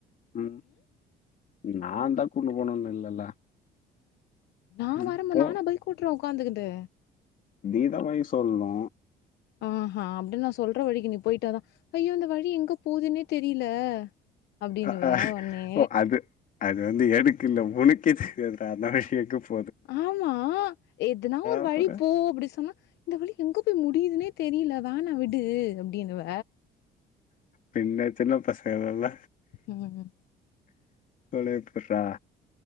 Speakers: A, on the left; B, on the left.
A: ம் நாந்தா கூட்டு போனுனு இல்லல்ல
B: நா
A: ம்.
B: வரம்போ
A: போ
B: நானா பைக் ஓட்ற ஒக்காந்துகிட்டு
A: நீதா வழி சொல்னூ
B: ஆஹ அப்டி நா சொல்ற வழிக்கு நீ போயிட்டாதா ஐயோ இந்த வழி எங்க போதுன்னே தெரியில அப்டின்னுவ
A: அ அ
B: ஒன்னே
A: ஓ அது அது வந்து எனக்கு இல்ல ஒனக்கே தெரியாதா நா எங்க போ
B: ஆமா எதுனா ஒரு
A: அப்புறம்
B: வழி போ அப்டி சொன்னா இந்த வழி எங்க போய் முடியுதுன்னே தெரில வேணா விடு அப்டின்னுவ
A: பின்ன ஜின்ன பசங்கல இல்ல
B: ம்
A: இப் <unintelligible>